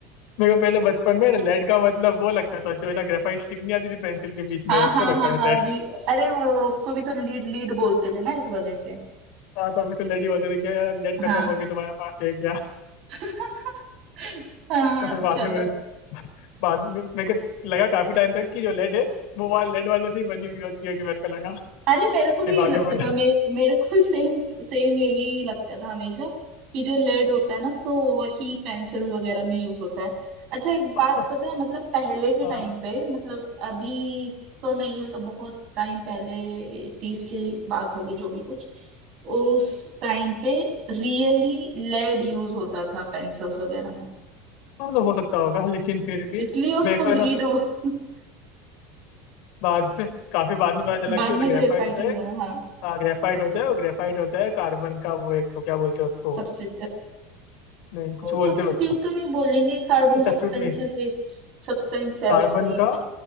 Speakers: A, on the left (about 65°); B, on the right (about 50°).
A: मेरे को पहले बचपन में ना लेड का मतलब वो लगता था जो है ना ग्रेफाइट स्टिक नहीं आती थी पेंसिल के बीच में
B: हाँ
A: उसको
B: हाँ
A: लगता
B: हाँ
A: था
B: हाँ
A: लेड
B: लीड अरे वो उसको भी तो लीड लीड बोलते थे ना इस वजह से
A: हाँ तो फिर तो लेड ही बोलते थे कि यार लेड
B: हाँ
A: खत्म हो गई तुम्हारे पास है क्या
B: <laughs> हाँ
A: तो फिर बाद
B: चलो
A: में मैंने बाद में मेरे को लगा काफी टाइम तक कि जो लेड है वो वाला लेड वाले से ही बनी हुई होती है कि मेरे को लगा
B: अरे मेरे को भी
A: फिर बाद
B: यही लगता
A: में मैंने
B: था मे, मेरे को भी सेम सेम यही लगता था हमेशा कि जो लेड होता है ना तो वही पेंसिल वगैरह में यूज होता है अच्छा एक बात
A: हाँ
B: पता है मतलब पहले के
A: हाँ
B: टाइम पे मतलब अभी तो नहीं है तो बहुत टाइम पहले 80s की बात होगी जो भी कुछ उस टाइम पे रियली लेड यूज होता था पेंसिल्स वगैरह में
A: मतलब हो सकता होगा लेकिन फिर भी
B: इसलिए उसको
A: मेरे को
B: लीड
A: है ना
B: <laughs>
A: बाद में काफी बाद में पता चला
B: बाद
A: कि वो तो
B: में
A: ग्रेफाइट
B: ग्रेफाइट
A: होता
B: यूज
A: है
B: हाँ
A: हाँ ग्रेफाइट होता है वो ग्रेफाइट होता है कार्बन का वो एक तो क्या बोलते हैं उसको
B: सबसे
A: नहीं कुछ बोलते
B: सब्स्टिट्यूट
A: हो उसको <laughs>
B: तो नहीं बोलेंगे कार्बन
A: सब्स्टिट्यूट
B: सब्सटेंसेस
A: नहीं
B: ही सब्सटेंस है
A: कार्बन
B: उसका ही
A: का